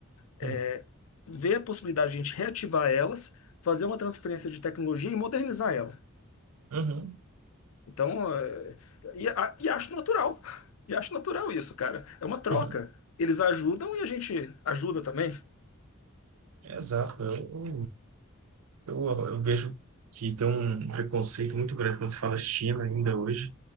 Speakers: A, on the left; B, on the right.
A: é,
B: Sim.
A: ver a possibilidade de a gente reativar elas, fazer uma transferência de tecnologia e modernizar ela.
B: Uhum.
A: Então, é, e, a- e acho natural. <laughs> E acho natural isso, cara. É uma troca.
B: Uhum.
A: Eles ajudam e a gente ajuda também.
B: Exato. Eu, eu, eu vejo que tem um preconceito muito grande quando se fala China ainda hoje,